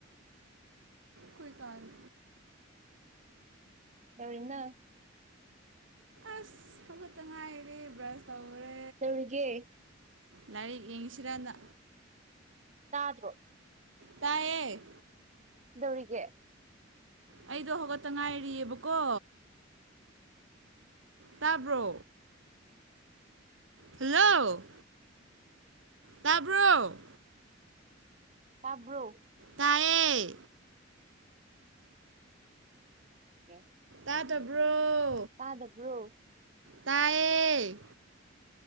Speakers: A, on the right; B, on the right.
A: ꯀ ꯅꯤ
B: ꯗꯧꯔꯤꯅ
A: ꯑꯁ ꯍꯧꯐꯠꯇ ꯉꯥꯏꯔꯦ ꯕ꯭ꯔꯁ ꯇꯧꯈꯔꯦ
B: ꯅꯒꯦ
A: ꯂꯔꯤ ꯌꯦꯡꯁꯤꯔꯗ
B: ꯇꯥꯗ꯭ꯔꯣ
A: ꯇꯌꯦ
B: ꯗꯧꯔꯤꯒ
A: ꯑꯩꯗꯣ ꯍꯧꯒꯠꯇ ꯉꯥꯏꯔꯤꯑꯕꯀꯣ ꯇꯥꯕ꯭ꯔꯣ ꯍꯜꯂꯣ ꯇꯥꯕ꯭ꯔꯣ
B: ꯇꯥꯕ꯭ꯔꯣ
A: ꯇꯏꯌꯦꯦ
B: ꯑꯣꯦ
A: ꯇꯥꯗꯕ꯭ꯔꯣ
B: ꯇꯥꯗꯕ꯭ꯔꯣ
A: ꯇꯏꯌꯦ